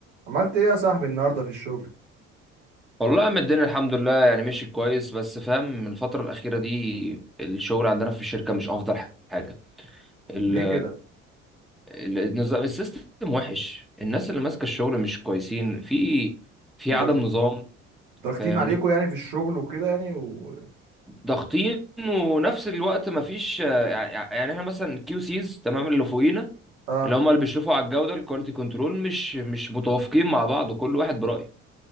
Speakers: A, on the right (about 65°); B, in the centre.
A: عملت ايه يا صاحبي النهارده في الشغل
B: والله يا عم الدنيا الحمد لله يعني ماشي كويس بس فاهم من الفترة الأخيرة دي الشغل عندنا في الشركة مش أفضل حاجة ال
A: ليه كده
B: ال- النظام السيستم وحش الناس اللي ماسكة الشغل مش كويسين في في عدم
A: ضغ-
B: نظام
A: ضاغطين
B: فاهمني
A: عليكم يعني في الشغل وكده يعني و...
B: ضاغطين ونفس الوقت مفيش يعني يعني احنا مثلا كيو سيز تمام اللي فوقينا
A: اه
B: اللي هم اللي بيشرفوا على الجودة الكواليتي كنترول مش مش متوافقين مع بعض كل واحد برأيه